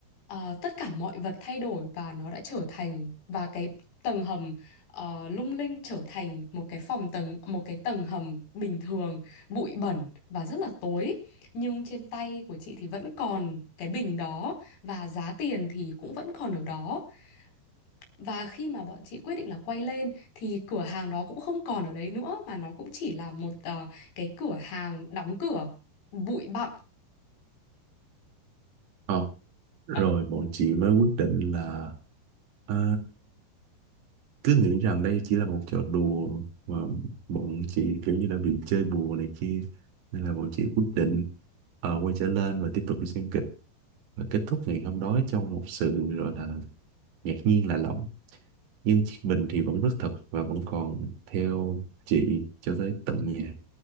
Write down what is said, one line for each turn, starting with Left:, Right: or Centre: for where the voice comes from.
Left: ờ, tất cả mọi vật thay đổi và nó đã trở thành và cái tầng hầm ờ, lung linh trở thành một cái phòng tầng một cái tầng hầm bình thường, bụi bẩn và rất là tối. Nhưng trên tay của chị thì vẫn còn cái bình đó và giá tiền thì cũng vẫn còn ở đó. Và khi mà bọn chị quyết định là quay lên thì cửa hàng đó cũng không còn ở đấy nữa mà nó cũng chỉ là một ờ, cái cửa hàng đóng cửa bụi bặm.
Right: Ờ, rồi
Left: Ờ,
Right: bọn chị mới quyết định là ờ, cứ nghĩ rằng đây chỉ là một trò đùa mà bọn chị kiểu như là bị chơi bùa này kia nên là bọn chị quyết định ờ, quay trở lên và tiếp tục đi xem kịch và kết thúc ngày hôm đó trong một sự gọi là ngạc nhiên lạ lẫm nhưng chiếc bình thì vẫn rất thật và vẫn còn theo chị cho tới tận nhà